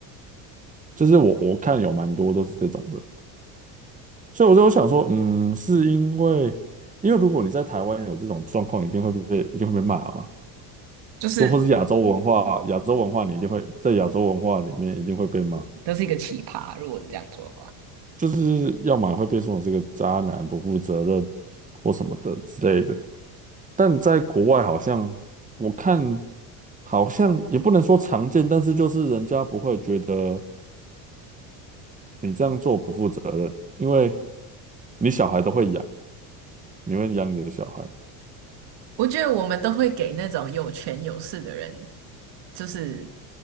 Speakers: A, on the right; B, on the right.
A: 就是我我看有蛮多都是这种的，所以我就想说，嗯，是因为因为如果你在台湾有这种状况，一定会被一定会被骂嘛，
B: 就是
A: 就或是亚洲文化，亚洲文化你一定会在亚洲文化里面一定会被骂，
B: 都是一个奇葩。如果你这样做的话，
A: 就是要么会被说成是个渣男、不负责任或什么的之类的。但在国外好像我看好像也不能说常见，但是就是人家不会觉得你这样做不负责任，因为你小孩都会养，你会养你的小孩
B: 我觉得我们都会给那种有权有势的人，就是